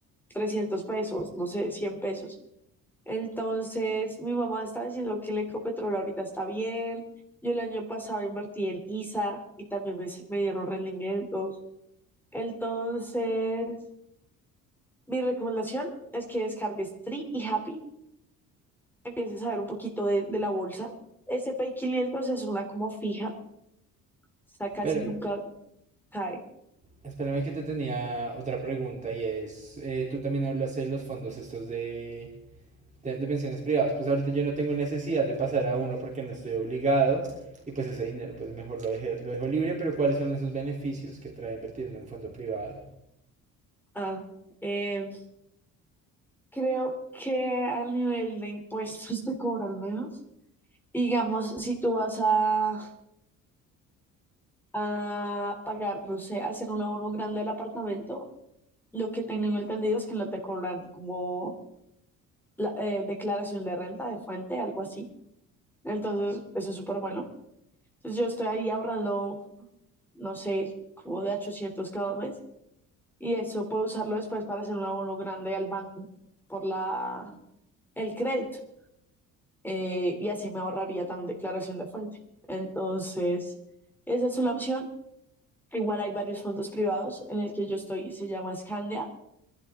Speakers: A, in the centre; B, on the right.
A: 300 pesos, no sé, 100 pesos. Entonces, mi mamá está diciendo que el Ecopetrol ahorita está bien. Yo el año pasado invertí en ISA y también me, me dieron rendimientos. Entonces, mi recomendación es que descargues Tree y Happy, empieces a ver un poquito de, de la bolsa. S&P 500 es una como fija, o sea casi
B: pero,
A: nunca cae.
B: espérame que te tenía otra pregunta y es, eh, tú también hablas de los fondos estos de de, de pensiones privadas. Pues ahorita yo no tengo necesidad de pasar a uno porque no estoy obligado y pues ese dinero pues mejor lo, deje- lo dejo libre, pero ¿cuáles son esos beneficios que trae invertir en un fondo privado?
A: Ah, eh, creo que al nivel de impuestos te cobran menos. Digamos, si tú vas a, a pagar, no sé, hacer un abono grande del apartamento, lo que tengo entendido es que no te cobran como la, eh, declaración de renta de fuente, algo así. Entonces, eso es súper bueno. Entonces, yo estoy ahí ahorrando, no sé, como de 800 cada mes y eso puede usarlo después para hacer un abono grande al banco por la, el crédito. eh, y así me ahorraría también declaración de fuente. Entonces, esa es una opción. Igual hay varios fondos privados en el que yo estoy, se llama Scandia.